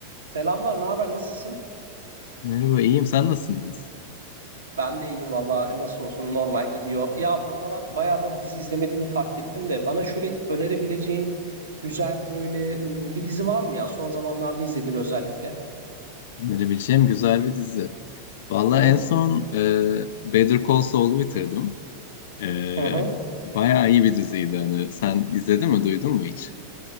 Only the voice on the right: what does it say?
Selamlar, ne haber? Nasılsın?
Ben de iyiyim valla. Nasıl olsun normal gidiyor. Ya bu aralar bayağıdır dizi izlemediğimi fark ettim de bana şöyle önerebileceğin güzel böyle m, bir dizi var mı ya? Son zamanlarda izlediğin özellikle.
Hı hı.
Hı hı.